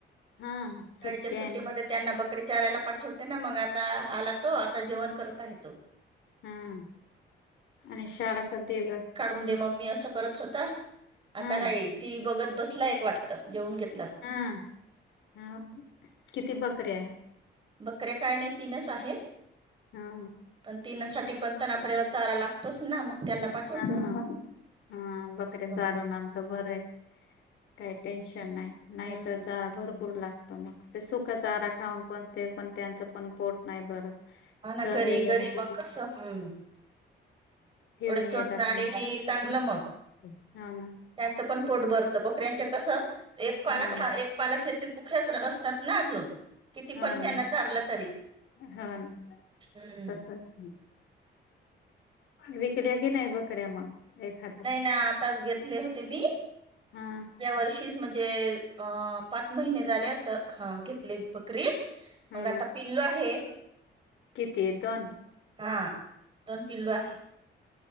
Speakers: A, on the left (about 80°); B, on the right (about 30°).
A: हा
B: शाळेच्या
A: सत्य
B: सुट्टीमध्ये
A: आणि
B: त्यांना बकरी चारायला पाठवते ना मंग आता आला तो आता जेवण करत आहे तो
A: हम्म आणि शाळा <unintelligible>
B: करून दे मम्मी असं करत होता, आता
A: हा
B: काय टी. व्ही बघत बसला एक वाटत जेवून घेत
A: हा हा किती बकरी आहे?
B: बकऱ्या काय नाही तीनच आहे.
A: हा.
B: पण तीनसाठी पण तण आपल्याला चारा लागतोच ना मग त्याला पा
A: हा, हा, हा. हा बकरी
B: हा
A: दारून आणतो बरं आहे, काही टेन्शन नाही नाही
B: हम्म
A: तर चारा भरपूर लागत म ते सुका चारा खाऊन पण ते पण त्यांचं पण पोट नाही भरत.
B: हा ना
A: चरलेल्या
B: घरी घरी मग कसं हू
A: फिरून
B: थोडे
A: येतात
B: चरुन आले
A: मग.
B: की चांगलं
A: हो
B: मगं.
A: ना
B: त्यांचं पण पोट भरत बकऱ्यांच कसं एक पाला
A: हा
B: खा एक पालाच हे तो <unintelligible> बसतात ना अजून किती
A: हो
B: पण त्यांना
A: ना
B: चारलं तरी
A: हो ना
B: हम्म
A: तसचं विकल्या कि नाही बकऱ्या मग एखा
B: नाही आताच घेतले होते मी,
A: हा
B: या वर्षी म्हणजे अ पाच महिने झालं आस हा घेतले बकरी
A: हा
B: मांग आता पि ल्लू आहे.
A: किती आहे दोन?
B: हा दोन पिल्लू आहे.